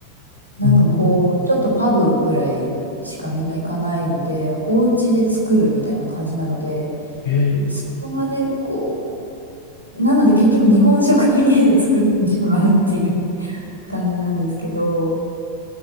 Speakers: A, on the left; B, on the left.
A: なんかこう、
B: うーん
A: ちょっとパブぐらいしかみんな行かないので、お家で作るみたいな感じなので、
B: え
A: そこまでこう、なので結局日本食を家で作ってしまうっていう感じなんですけど、